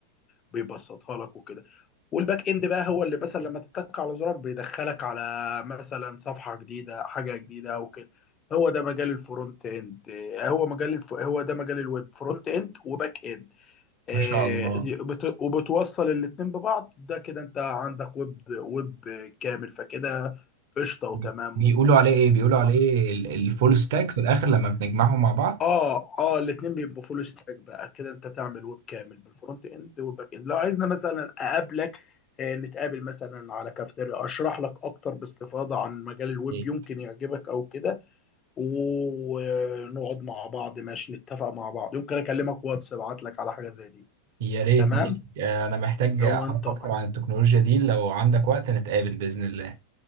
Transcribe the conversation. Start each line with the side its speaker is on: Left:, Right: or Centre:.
Left: وبيبسطها لك وكده والباك اند بقى هو اللي مثلا لما تتك على زرار بيدخلك على مثلا صفحه جديده حاجه جديده او كده هو ده مجال الفرونت اند آه، هو مجال الف... هو ده مجال الويب فرونت اند وباك اند آه،
Right: ما شاء الله
Left: بت... وبتوصل الاتنين ببعض ده كده انت عندك ويب ويب كامل فكده قشطه وتمام
Right: بي- بيقولوا عليه ايه بيقولوا عليه ال- الفول ستاك في الاخر لما بنجمعهم مع بعض
Left: اه اه الاثنين بيبقوا فول ستاك بقى كده انت تعمل ويب كامل بالفرونت اند والباك اند لو عايزنا مثلا اقابلك آه، نتقابل مثلا على كافتيريا اشرح لك اكتر باستفاضه عن مجال الويب
Right: إيه.
Left: يمكن يعجبك او كده ونقعد مع بعض ماشي نتفق مع بعض يمكن اكلمك واتس ابعت لك على حاجه زي دي
Right: يا ريت
Left: تمام
Right: ماشي آه، انا محتاج
Left: لو
Right: اعرف
Left: انت
Right: اكتر عن التكنولوجيا دي لو عندك وقت نتقابل باذن الله